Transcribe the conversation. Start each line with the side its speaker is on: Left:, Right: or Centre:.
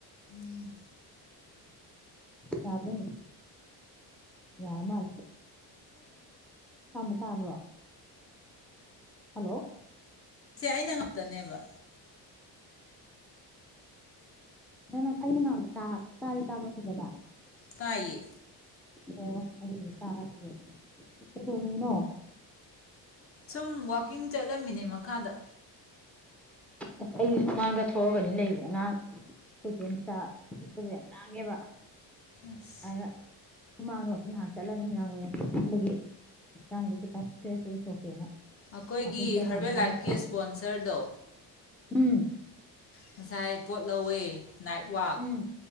Left: ꯎꯝ
Centre: ꯌꯥꯕ꯭ꯔ ꯌꯦꯡꯒꯦ ꯌꯥꯔ ꯃꯥꯜꯂꯦ <inaudible> ꯇꯥꯕ꯭ꯔꯣ ꯍꯜꯂꯣ
Left: ꯁꯤꯁꯦ ꯑꯩꯅ ꯉꯥꯛꯇꯅꯦꯕ
Centre: ꯅꯪ ꯅꯪ ꯑꯩꯅ ꯉꯡꯕ ꯇꯥꯗꯤ ꯇꯥꯕ꯭ꯔꯥ ꯐꯖꯅ
Left: ꯇꯥꯏꯌꯦ
Centre: ꯑꯣ ꯑꯗꯨ ꯇꯥꯔꯗꯤ ꯌꯔꯦ ꯀꯩꯗꯧꯔꯤꯅꯣꯅꯣ
Left: ꯁꯨꯝ ꯋꯥꯛꯀꯤꯡ ꯆꯠꯂꯝꯃꯤꯅꯦ ꯃꯈꯥꯗ
Centre: ꯑꯁ ꯁꯨꯃꯥꯡꯗ ꯊꯣꯛꯑꯒꯅꯤ ꯂꯩꯌꯦ ꯑꯉꯥꯡ ꯑꯩꯈꯣꯏ ꯏꯆꯦ ꯃꯆꯥ ꯄꯤꯛꯄꯗꯣ ꯌꯥꯝ ꯂꯥꯡꯉꯦꯕ
Left: ꯑꯁ
Centre: ꯑꯗꯨꯅ ꯁꯨꯃꯥꯡꯗ ꯋꯥꯀꯤꯡ ꯉꯥꯏꯍꯥꯛ ꯆꯠꯂꯒ ꯅꯨꯃꯤꯗꯥꯡ ꯋꯥꯏꯔꯝ ꯑꯗꯨꯒꯤ ꯍꯛꯆꯥꯡꯁꯦ ꯈꯤꯇꯪ ꯐ꯭ꯔꯦꯁ ꯑꯣꯏꯊꯣꯛꯀꯦꯅ
Left: ꯑꯩꯈꯣꯏꯒꯤ
Centre: ꯋꯥꯛꯀꯤꯡ ꯆꯠ
Left: ꯍꯔꯕꯦꯜ
Centre: ꯁꯥꯟꯅꯔꯤꯅꯤ
Left: ꯂꯥꯏꯐꯀꯤ ꯏꯁꯄꯣꯟꯁꯔꯗꯣ
Centre: ꯎꯝ
Left: ꯉꯁꯥꯏ ꯄꯣꯠ ꯂꯧꯋꯦ ꯅꯥꯏꯠꯋꯔꯥꯛ
Centre: ꯎꯝ